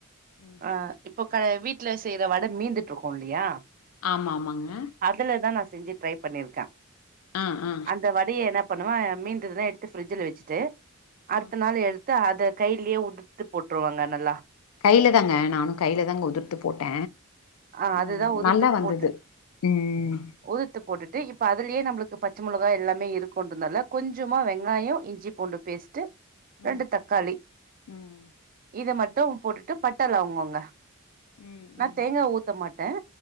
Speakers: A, on the left; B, on the right.
A: ம்.
B: ஆ இப்போ க வீட்ல செய்யற வட மீந்துட்டு இருக்கு இல்லயா
A: ஆம ஆமாங்க
B: அதுல தா நா செஞ்சு ட்ரை பண்ணிருக்க
A: ஆ ஆ
B: அந்த வடைய என்ன பண்ணுவ மீந்திருந்தா எடுத்து ஃபிரிட்ஜூல வெச்சுட்டு அடுத்த
A: ஆ
B: நாள் எ முத்த அத கையிலயே உதுத்து போட்ருவாங்க நல்லா
A: கையில தாங்க நானு கையில தாங்க உதிர்த்து போட்ட
B: ஆ அதுதா
A: ஆமா
B: உதுத்து
A: நல்லா வந்துது
B: போட்டு
A: ம்
B: உதுத்து போட்டுட்டு இப்ப அதுலயே நம்ளுக்கு பச்சமொளகா எல்லாமே இருக்குன்றனால கொஞ்சமா வெங்காயோ இஞ்சி பூண்டு பேஸ்ட்டு ரெண்டு
A: ம்
B: தக்காளி
A: ம்
B: இத மட்டு போட்டுட்டு பட்ட லவங்கோங்க
A: ம் ம்
B: நா தேங்கா ஊத்த மாட்ட